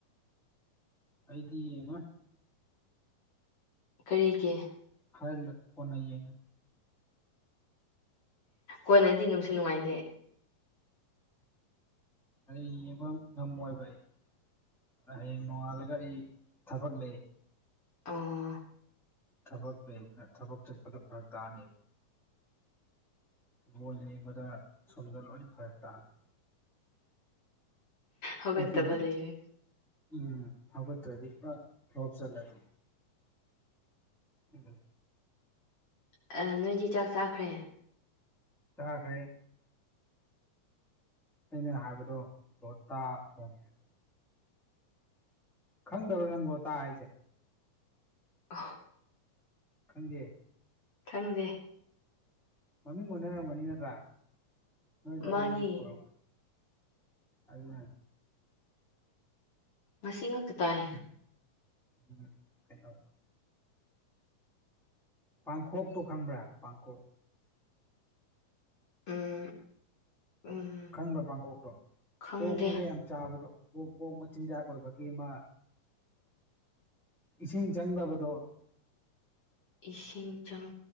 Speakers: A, in the centre; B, on the left (about 45°).
A: ꯑꯩꯗꯤꯅ
B: ꯀꯔꯤꯒꯤꯦ
A: ꯍꯥꯏ ꯂ ꯐꯅꯦ
B: ꯀꯣꯟꯅꯗꯤ ꯅꯨꯡꯁꯨ ꯅꯨꯡꯉꯥꯏꯇꯦ
A: ꯎꯝ ꯑ ꯏ ꯉꯃꯣꯏꯥꯏ ꯍꯌꯦꯡ ꯅꯣꯡꯉꯥꯜꯂꯒ ꯑꯩ ꯊꯕꯛ ꯂꯩ
B: ꯑꯣ
A: ꯊꯕꯛꯅ ꯊꯕꯛ ꯆꯠꯄꯗ ꯐꯔꯛ ꯇꯥꯅꯤ ꯐꯨꯠꯕꯣꯜ ꯌꯦꯡꯕꯗ ꯁꯣꯝꯗ ꯂꯣꯏ ꯐꯔꯦ ꯇꯥꯅꯤ
B: ꯍꯒꯣꯏ
A: ꯑꯗꯨꯒꯤ
B: ꯇꯕꯂ ꯏꯦ
A: ꯎꯝ ꯍꯧꯒꯠꯇ꯭ꯔꯗꯤ ꯄꯨꯔꯥ ꯐꯣꯞ ꯆꯠꯂꯗꯤ ꯎꯗ
B: ꯑ ꯅꯣꯏꯗꯤ ꯆꯥꯛ ꯆꯥꯈ꯭ꯔꯦ
A: ꯆꯥ ꯈꯩ ꯑꯩꯅ ꯍꯥꯏꯕꯗꯣ ꯂꯣꯇꯥ ꯊꯣꯡꯉꯦ ꯍꯥꯏꯕꯗꯣ ꯈꯪꯗꯧꯔ ꯅꯪꯒꯣ ꯇ ꯍꯥꯏꯁꯦ
B: ꯑ
A: ꯈꯪꯗꯦ
B: ꯊꯪꯗꯦ
A: ꯃꯃꯤꯡ ꯑꯣꯏꯅꯔꯝꯒꯅꯤ ꯅꯠꯇ꯭ꯔꯥ ꯅꯣꯏꯗꯃꯤꯡꯅ
B: ꯃꯥꯅꯤ
A: ꯀꯧꯔꯝꯒꯅꯤ ꯑꯗꯨꯅ
B: ꯉꯁꯤ ꯉꯛꯇ ꯇꯥꯏ
A: ꯎꯝ ꯀꯩꯅꯩꯅ ꯄꯥꯡꯈꯣꯛꯇꯣ ꯈꯪꯕ꯭ꯔꯥ ꯄꯥꯡꯈꯣꯛꯞ
B: ꯎꯝ ꯎꯝ
A: ꯈꯪꯕ ꯄꯥꯡꯀꯣꯛꯇꯣ
B: ꯈꯪꯗꯦ
A: ꯀꯛꯅꯒ ꯌꯥꯝ ꯆꯥꯕꯗꯣ ꯀ ꯀꯣꯛꯣꯛ ꯃꯆꯤꯟꯖꯥꯛ ꯀ ꯑꯣꯏꯕꯃ ꯏꯁꯤꯡ ꯆꯪꯗꯕꯗꯣ
B: ꯏꯁꯤꯡ ꯆꯥꯎ